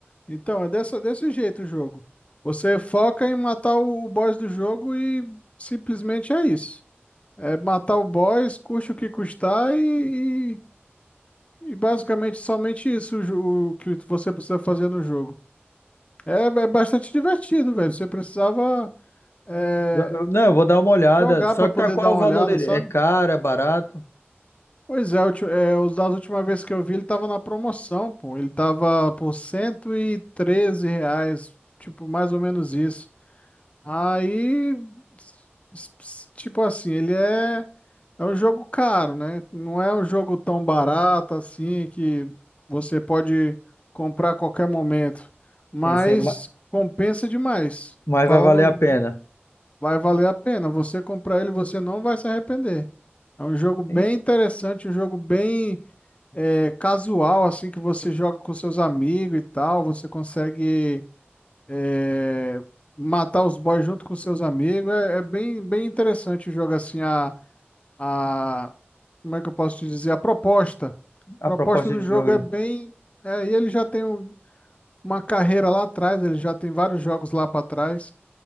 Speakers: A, on the left (about 30°); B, on the left (about 75°).
A: Então, é dessa, desse jeito o jogo. Você foca em matar o, o boss do jogo e simplesmente é isso. É matar o boss, custe o que custar e, e, e basicamente somente isso o, jo- o que você precisa fazer no jogo. É, é bastante divertido, velho. Você precisava é,
B: Jo- eu- Não, eu vou dar uma olhada.
A: jogar
B: Só
A: para
B: que
A: poder
B: tá qual
A: dar uma
B: o valor
A: olhada,
B: dele?
A: sabe?
B: É caro, é barato?
A: Pois é, ulti- é, os das última vez que eu vi, ele tava na promoção, pô. Ele tava por 113 reais, tipo, mais ou menos isso. Aí, s- s- tipo assim, ele é, é um jogo caro, né? Não é um jogo tão barato assim que você pode comprar a qualquer momento. Mas
B: Sim, sim, ma-
A: compensa demais.
B: mas
A: Falando
B: vai valer a pena.
A: de, vai valer a pena. Você comprar ele, você não vai se arrepender. É um jogo bem
B: Sim,
A: interessante, um jogo bem é, casual, assim, que você joga com seus amigos e tal, você consegue é, matar os boys junto com seus amigos. É, é bem, bem interessante o jogo, assim, a, a, como é que eu posso te dizer? A proposta.
B: A
A: A proposta
B: proposta
A: do
B: de
A: jogo
B: jogo,
A: é
B: né?
A: bem. É, e ele já tem um- uma carreira lá atrás, ele já tem vários jogos lá para trás.